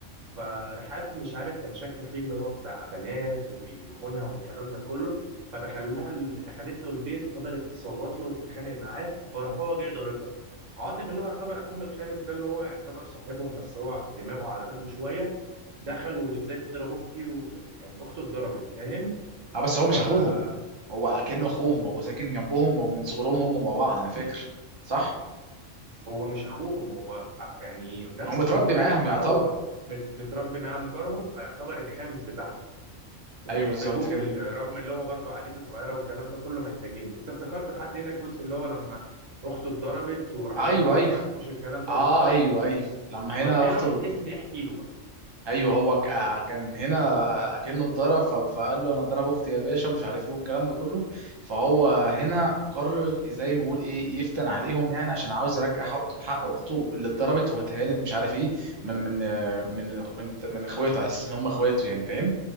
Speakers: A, on the right; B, on the right.
A: فرحاب مش عارف كانت شاكه فيه اللي هو بتاع بنات وبيخونها والكلام ده كله فدخلها ال- دخلت له البيت وفضلت تصوت له وتتخانق معاه فراح هو جاي ضاربها عاطف اللي هو يعتبر اخوهم الخامس ده اللي هو يعتبر صاحبهم بس هو دماغه على قده شويه دخلوا ازاي تضرب اختي ويعني اخته اتضربت فاهم
B: اه بس هو مش
A: فهو
B: اخوهم هو اكنه اخوهم هو ساكن جنبهم ومن صغرهم هم مع بعض انا فاكر صح
A: مش اخوهم هو أخ- يعني نفس
B: هو متربي
A: سنهم
B: معاهم
A: فهو
B: يعتبر
A: مت- متربي معاهم جارهم فيعتبر الخامس بتاعهم وبيحتاجوه
B: ايوه بالظبط كده
A: في ال- رغم اللي هو برضه عائلته صغيره والكلام ده كله محتاجينه انت افتكرت لحد هنا الجزء اللي هو لما اخته اتضربت وراح
B: ايوه
A: جاي عاطف
B: ايوه
A: ما عجبوش الكلام ده
B: اه
A: واتضرب
B: ايوه ايوه لما
A: فراح
B: هنا
A: جاي
B: اخته
A: راح الاسم يحكي له بقى
B: ايوه هو ك- آه، كان هنا كأنه اتضرب ف- فقال له انا ضرب اختي يا باشا ومش عارف ايه والكلام ده كله فهو هنا قرر زي ما يقول ايه يفتن عليهم يعني عشان عاوز يرجع حق حق اخته اللي اتضربت واتهانت مش عارف ايه من من آه، من من من اخواته على اساس ان هم اخواته يعني فاهم